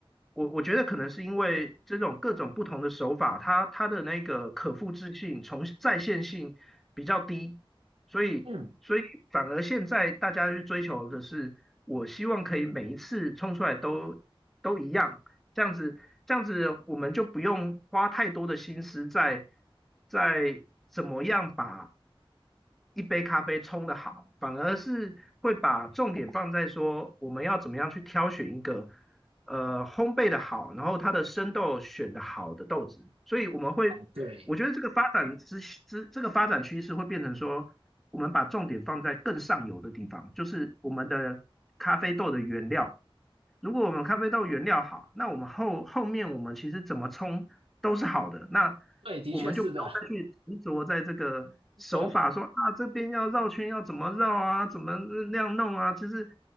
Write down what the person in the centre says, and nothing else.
我我觉得可能是因为这种各种不同的手法，它它的那个可复制性、重再现性比较低，所以所以反而现在大家去追求的是，
我希望可以每一次冲出来都都一样，这样子这样子我们就不用花太多的心思在在怎么样把一杯咖啡冲的好，反而是会把重点放在说我们要怎么样去挑选一个呃烘焙的好，然后它的生豆选的好的豆子，所以我们会，
我觉得这个发展之之这个发展趋势会变成说，我们把重点放在更上游的地方，就是我们的咖啡豆的原料如果我们咖啡豆原料好，那我们后后面我们其实怎么冲都是好的，那
我们就不用再去执着在这个手法说啊这边要绕圈要怎么绕啊，
怎么那样弄啊，就是